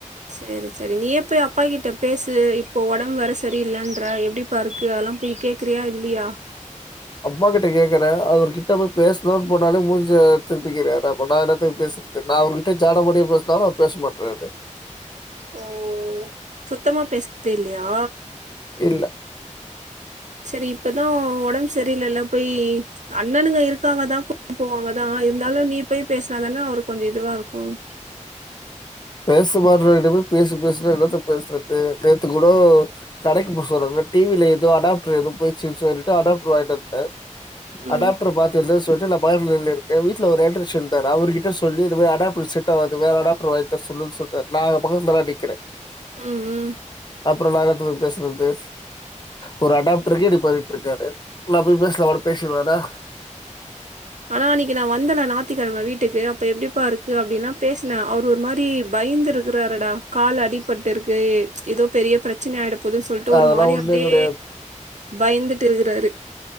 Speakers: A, on the right (about 65°); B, on the left (about 35°).
A: சேரி சேரி நீயே போய் அப்பா கிட்ட பேசு இப்போ ஒடம்பு வேற சரியில்லன்ற எப்டிப்பா இருக்கு அதெல்லா போய் கேக்குறியா இல்லீயா
B: அம்மா கிட்ட கேக்குறே அவர்கிட்டப்போய் பேசணுனு போனாலே மூஞ்ச திருப்பிக்கிறாரு அப்ப நா என்னத்த பேசுறது நா அவருகிட்ட ஜாட மாடயா பேசுனாலு அவர் பேச மாட்ராரு
A: ஓ சுத்தமா பேசரத்தில்லயா
B: இல்ல
A: செரி இப்பதா ஒடம்பு சரியில்லல போய் அண்ணனுங்க இருக்காங்க தா போவாங்க தா இருந்தாலு நீ பெய் பேசினா தானே அவருக்கு கொஞ்சம் இதுவா இருக்கும்
B: பேசுமாட்றவர்ட்ட போய் பேசு பேசுனா என்னத்த பேசுறது நேத்து கூட கடைக்கு போ சொன்னாக டி வில ஏதோ அடாப்டர் ஏதோ போயிர்ச்சு சொல்லிட்டு அடாப்டர் வாங்கிட்டு வந்தே
A: ம்
B: அடாப்டர் பாத்து எதோ சொல்ட்டு ந <unintelligible> வீட்ல ஒரு எலக்ட்ரிசன் இருந்தார் அவருகிட்ட சொல்லி இந்தமாரி அடாப்டர் செட்டா வர்து வேற அடாப்டர் வா சர் சொல்லு சொல்ட்டார் நா பக்கத்துல தா நிக்றே
A: உம் உம்
B: அப்றோ நா என்னத்த பேய் பேசுறது ஒரு அடாப்டருகே இப்படி பண்ணிட்ருக்காரு நா போய் பேசுனா மட்டு பேசிறுவாரா
A: ஆனா அன்னைக்கு நா வந்தேன நாத்திக்கிழம வீட்டுக்கு அப்ப எப்டிப்பா இருக்கு அப்டின்னா ன்னா அவரு ஒரு மாரி பயந்திரு க்குராருடா கால் அடிபட்டு இருக்கு ஏ எதோ பெரிய பிரச்சன ஆய்ட ப்போது சொல்ட்டு
B: அதெல்லா
A: ஒரு மாரி
B: ஒண்ணும்
A: அப்டியே
B: கெடையாது
A: பயந்துட்டு இருகுறாரு